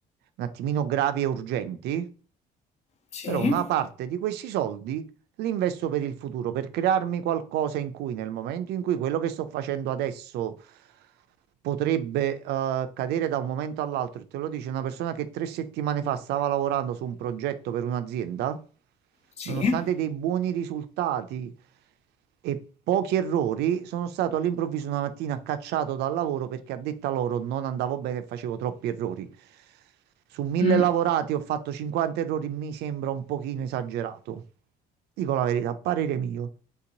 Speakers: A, on the right; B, on the left.
A: un attimino gravi e urgenti
B: sì,
A: però una parte di questi soldi li investo per il futuro, per crearmi qualcosa in cui nel momento in cui quello che sto facendo adesso potrebbe eh, cadere da un momento all'altro e te lo dice una persona che tre settimane fa stava lavorando su un progetto per un'azienda,
B: sì,
A: nonostante dei buoni risultati e pochi errori, sono stato all'improvviso una mattina cacciato dal lavoro perché a detta loro non andavo bene e facevo troppi errori. Su mille
B: mm,
A: lavorati ho fatto 50 errori, mi sembra un pochino esagerato. Dico la verità, a parere mio.